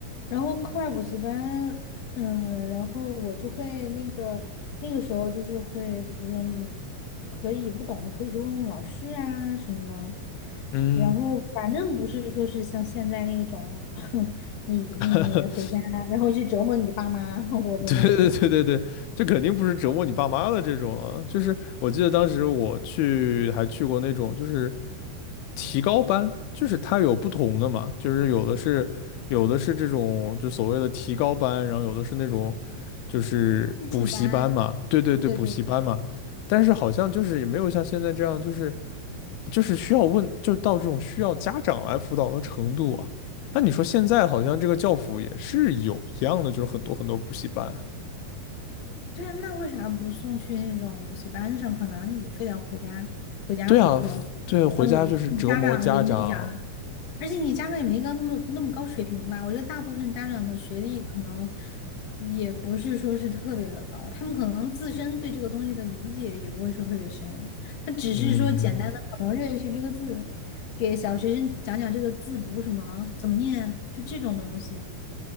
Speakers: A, on the left; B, on the left.
A: 然后课外补习班，嗯，然后我就会那个那个时候就是会，就比如说你可以不懂的可以去问问老师啊什么的，
B: 嗯。
A: 然后反正不是说是像现在那种，<laughs> 你你回家然后去折磨你爸妈，
B: <laughs>
A: <laughs> 我觉得没有。
B: 对对对对对，这肯定不是折磨你爸妈的这种啊，就是我记得当时我去还去过那种就是提高班，就是它有不同的嘛，就是有的是有的是这种就所谓的提高班，然后有的是那种就是补习班嘛，
A: 基础班。
B: 对对对，
A: 对对对
B: 补习班嘛，但是好像就是也没有像现在这样，就是就是需要问，就到这种需要家长来辅导的程度啊。那你说现在好像这个教辅也是有一样的，就是很多很多补习班啊。
A: 对啊，那为啥不送去那种补习班上课呢？你非得回家回家补课，
B: 对啊，对，回家就是折磨家长。
A: 然后家长给你讲。而且你家长也没高那么那么高水平吧？我觉得大部分家长的学历可能也不是说是特别的高，他们可能自身对这个东西的理解也不会说特别深，他只是说简单的可能认识这个字，
B: 嗯
A: 给小学生讲讲这个字读什么，怎么念，就这种东西。